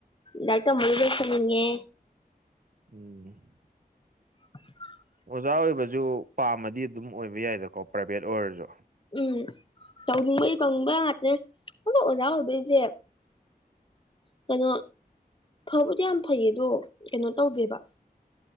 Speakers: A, on the left; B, on the right.
A: ꯂꯥꯏꯔꯤꯛ ꯇꯝꯕꯁꯨ ꯂꯣꯏꯁꯤꯟꯅꯤꯡꯉꯦ
B: ꯎꯝ
A: <unintelligible>
B: ꯑꯣꯖꯥ ꯑꯣꯏꯕꯁꯨ ꯄꯥꯝꯃꯗꯤ ꯑꯗꯨꯝ ꯑꯣꯏꯕ ꯌꯥꯏꯗꯀꯣ ꯄ꯭ꯔꯥꯏꯚꯦꯠ ꯑꯣꯏꯔꯁꯨ
A: ꯎꯝ ꯇꯧꯅꯤꯡꯕꯩ ꯇꯧꯅꯤꯡꯕ ꯉꯥꯛꯇꯅꯦ ꯑꯗꯣ ꯑꯣꯖꯥ ꯑꯣꯏꯕꯩꯁꯦ ꯀꯩꯅꯣ ꯐꯕꯨꯗꯤ ꯌꯥꯝ ꯐꯩꯌꯦ ꯑꯗꯣ ꯀꯩꯅꯣ ꯇꯧꯗꯦꯕ